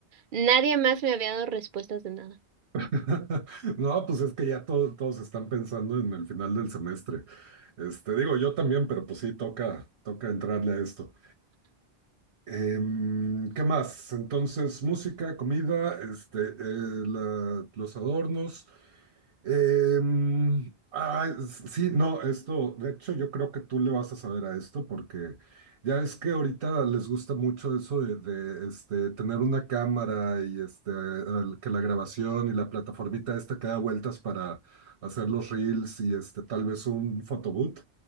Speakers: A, on the right; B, on the right.
A: Nadie más me había dado respuestas de nada.
B: <laughs> No, pues es que ya todo- todos están pensando en el final del semestre. Este, digo, yo también, pero pues sí, toca, toca entrarle a esto. Em, ¿qué más? Entonces, música, comida, este, eh, la- los adornos. Em, ah, s- sí, no, esto, de hecho yo creo que tú le vas a saber a esto porque ya ves que ahorita les gusta mucho eso de, de, este, tener una cámara y este, el- que la grabación y la plataformita esta que da vueltas para hacer los reels y este, tal vez un photobooth.